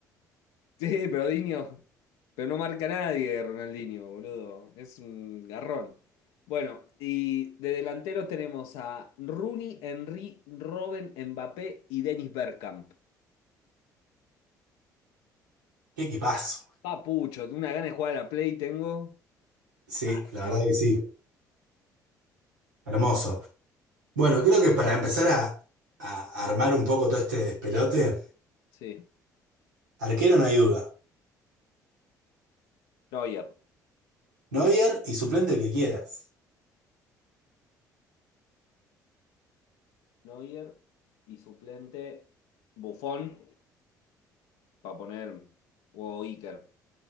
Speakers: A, on the left; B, on the right.
A: Sí, pero Diño, pero no marca nadie Ronaldinho, boludo. Es un garrón. Bueno, y de delanteros tenemos a Rooney, Henry, Robben, Mbappé y Dennis Bergkamp.
B: Qué equipazo.
A: Papucho, una gana de jugar a la Play tengo.
B: Sí,
A: Mal,
B: la verdad
A: ¿eh?
B: que sí. Hermoso.
A: Mal,
B: Bueno, creo que para empezar a, a armar un poco todo este despelote,
A: sí.
B: arquero no hay duda.
A: Neuer.
B: Neuer y suplente el que quieras.
A: Neuer y suplente Buffon, para poner, o Iker.